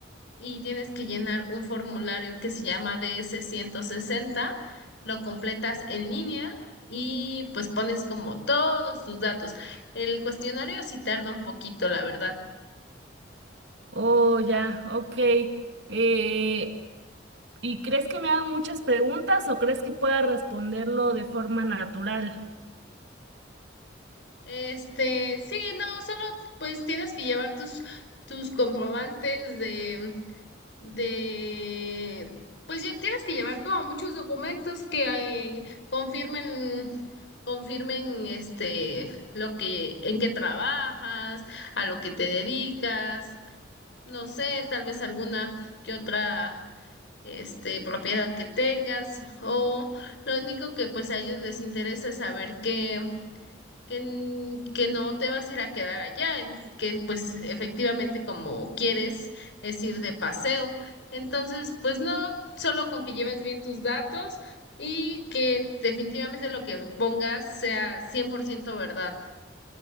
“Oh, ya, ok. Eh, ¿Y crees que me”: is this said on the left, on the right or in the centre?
Right